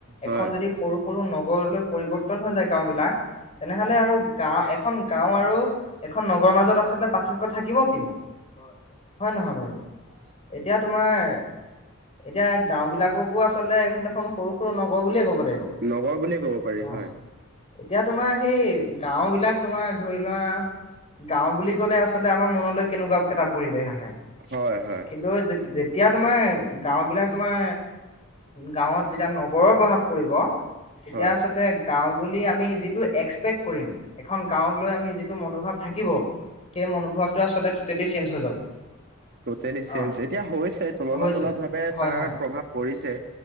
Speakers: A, on the right; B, on the left.
A: হয়
B: এখন যদি সৰু সৰু নগৰলৈ পৰিৱৰ্তন হৈ যায় গাও বিলাক তেনেহলে আৰু গাও এখন গাও আৰু খন নগৰৰ মাজত আচলতে পাৰ্থক্য থাকিব কিনো হয় নহয় বাৰু এতিয়া তোমাৰ এতিয়া গাও বিলাককো আচলতে এইখন দেখন সৰু সৰু নগৰ বুলিয়ে কব লাগিব
A: নগৰ বুলিয়ে ক'ব পাৰি
B: অ
A: হয়।
B: এতিয়া তোমাৰ সেই গাও বিলাক তোমাৰ ধৰি লোৱা গাও বুলি ক'লে আচলতে আমাৰ মনলৈ কেনেকুৱা এটা পৰিৱেশ আহে
A: হয় হয়
B: কিন্তু তেতিয়া তোমাৰ গাঁওবিলাক তোমাৰ গাঁৱত যেতিয়া নগৰৰ প্ৰভাৱ পৰিব। তেতিয়া
A: হয়
B: আচল গাওঁ বুলি আমি যিটো এক্সপেক কৰিম এখন গাওক লৈ আমি যিটো মনোভাৱ থাকিব সেই মনোভাৱটো আচলতে টটেলি চেঞ্জ হৈ যাব
A: টোটেলি চেঞ্জ
B: অ
A: এতিয়া হৈছে তুলনামূলক
B: হৈছে
A: ভাৱে
B: হয়
A: তাৰ
B: হয়
A: প্ৰভাৱ পৰিছে